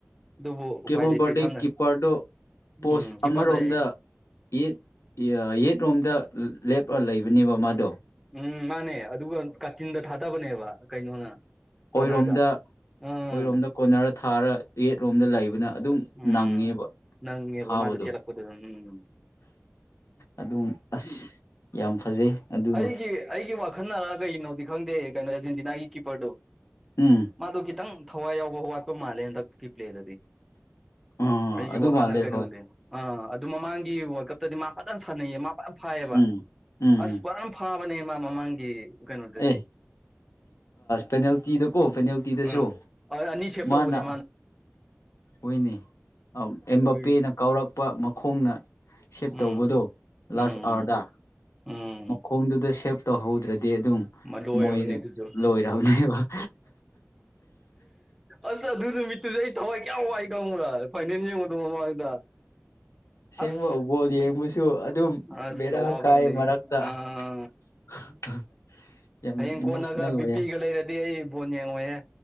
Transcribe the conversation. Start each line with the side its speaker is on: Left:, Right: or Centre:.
Centre: ꯑꯗꯨꯕꯨ
Left: ꯀꯦꯕꯨꯕꯔꯗꯤ
Centre: ꯎꯄꯥꯏ ꯂꯩꯇꯦ ꯁꯝꯅ
Left: ꯀꯤꯞꯄꯔꯗꯨ ꯄꯣꯁ
Centre: ꯎꯝ ꯀꯤꯞꯄꯔꯗꯩ
Left: ꯑꯃꯔꯣꯝꯗ ꯌꯦꯠ ꯌꯦꯠ ꯔꯣꯝꯗ ꯂꯦꯞ ꯂꯩꯕꯅꯦꯕ ꯃꯥꯗꯣ
Centre: ꯎꯝ ꯃꯥꯅꯦ ꯑꯗꯨꯒ ꯀꯥꯆꯤꯟꯗ ꯊꯥꯗꯕꯅꯦꯕ ꯀꯩꯅꯣꯅ ꯀꯣꯅꯔꯗ
Left: ꯑꯩꯔꯣꯝꯗ
Centre: ꯎꯝ
Left: ꯑꯣꯏꯔꯣꯝꯗ ꯀꯣꯅꯔ ꯊꯥꯔ ꯔꯦꯠꯂꯣꯝꯗ ꯂꯩꯕ ꯑꯗꯨꯝ
Centre: ꯎꯝ
Left: ꯅꯪꯉꯦꯕ
Centre: ꯅꯪꯉꯦꯕ
Left: ꯐꯥꯕꯗꯣ
Centre: ꯃꯥꯗꯣ ꯆꯦꯜꯂꯛꯄꯗꯨ ꯎꯝ
Left: ꯑꯗꯨꯝ ꯑꯁ ꯌꯥꯝ ꯐꯖꯩ ꯑꯗꯨꯗꯣ
Centre: ꯑꯩꯒꯤ ꯑꯩꯒꯤ ꯋꯥꯈꯜꯅꯔ ꯀꯩꯅꯣꯗꯤ ꯈꯪꯗꯦ ꯀꯩꯅꯣ ꯑꯦꯔꯖꯦꯟꯇꯤꯅꯥꯒꯤ ꯀꯤꯞꯄꯔꯗꯨ
Left: ꯎꯝ
Centre: ꯃꯥꯗ ꯈꯤꯇꯪ ꯊꯋꯥꯏ ꯌꯥꯎꯕ ꯋꯥꯠꯄ ꯃꯥꯜꯂꯦ ꯍꯟꯗꯛꯀꯤ ꯄ꯭ꯂꯦꯗꯗꯤ
Left: ꯑꯥ
Centre: ꯑꯩꯒꯤ
Left: ꯑꯗꯨ
Centre: ꯋꯥꯈꯜꯅ
Left: ꯃꯥꯜꯂꯦ
Centre: ꯀꯩꯅꯣꯗꯦ
Left: ꯍꯣꯏ
Centre: ꯑꯥ ꯑꯗꯨ ꯃꯃꯥꯡꯒꯤ ꯋꯥꯀ ꯇꯗꯤ ꯃꯥ ꯐꯖꯅ ꯁꯥꯟꯅꯩꯌꯦ ꯃꯥ ꯐꯖꯅ ꯐꯥꯏꯌꯦꯕ
Left: ꯎꯝ ꯎꯝ ꯎꯝ
Centre: ꯋꯥ ꯌꯥꯝ ꯐꯥꯕꯅꯦ ꯃꯥ ꯃꯃꯥꯡꯒꯤ ꯀꯩꯅꯣꯗꯗꯤ
Left: ꯑꯦ ꯄꯦꯅꯥꯜꯇꯤꯗꯀꯣ ꯄꯦꯅꯥꯜꯇꯤꯗꯁꯨ
Centre: ꯎꯝ ꯑꯅꯤ ꯁꯦꯞ ꯇꯧꯕꯅꯦ
Left: ꯃꯥꯅ ꯍꯣꯏꯅꯤ ꯑꯕꯄꯦꯅ
Centre: ꯑꯗꯨꯒꯤ
Left: ꯀꯥꯎꯔꯛꯄ ꯃꯈꯣꯡꯅ ꯁꯦꯞ
Centre: ꯎꯝ
Left: ꯇꯧꯕꯗꯣ
Centre: ꯎꯝ
Left: ꯂꯥꯁ ꯑꯋꯥꯔꯗ
Centre: ꯎꯝ
Left: ꯐꯣꯡꯗꯨꯗ ꯁꯦꯞ ꯇꯧꯍꯧꯗ꯭ꯔꯗꯤ ꯑꯗꯨꯝ
Centre: ꯃ ꯂꯣꯏꯔꯕꯅꯦ
Left: ꯃꯣꯏ
Centre: ꯑꯗꯨꯁꯨ
Left: ꯂꯣꯏꯔꯔꯕꯅꯦꯕ
Centre: ꯑꯁ ꯑꯗꯨ ꯅꯨꯃꯤꯠꯇꯨꯁ ꯑꯩ ꯊꯋꯥꯏ ꯀꯌꯥꯝ ꯋꯥꯏ ꯈꯪꯉꯨꯔꯥ ꯐꯥꯏꯅꯦꯜ ꯌꯦꯡꯉꯗꯣ ꯃꯃꯥꯡꯗ
Left: ꯑꯁꯦꯡꯕ
Centre: ꯑꯁ
Left: ꯕꯣꯜ ꯌꯦꯡꯕꯁꯨ ꯑꯗꯨꯝ
Centre: ꯑꯁ
Left: ꯕꯦꯔꯥ
Centre: ꯋꯥꯐꯝꯅꯤ
Left: ꯀꯥꯏ ꯃꯔꯛꯇ
Centre: ꯑꯥ
Left: <unintelligible>
Centre: ꯍꯌꯦꯡ
Left: ꯏꯃꯣꯁꯅꯦꯜ
Centre: ꯀꯣꯟꯅꯒ ꯕꯤꯄꯤꯒ
Left: ꯑꯣꯏꯌꯦ
Centre: ꯂꯩꯔꯗꯤ ꯑꯩ ꯕꯣꯟ ꯌꯦꯡꯉꯣꯏꯍꯦ